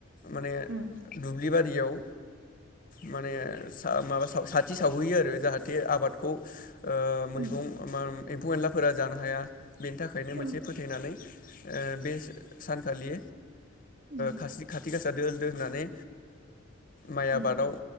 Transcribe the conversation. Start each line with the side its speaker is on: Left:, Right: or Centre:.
Left: माने
Right: उम
Left: दुब्लि बारियाव माने माबा साथि सावहैयो आरो जाहाथे जाहाथे आबादखौ मैगं
Right: उम
Left: एम्फौ एनलाफोरा जानो हाया बेनि थाखायनो मोनसे
Right: ओं
Left: फोथायनानै ओ बे सानखालि
Right: उम
Left: खासि खाथि थिक आ दोल दो होननानै माइ
Right: उम
Left: आबादाव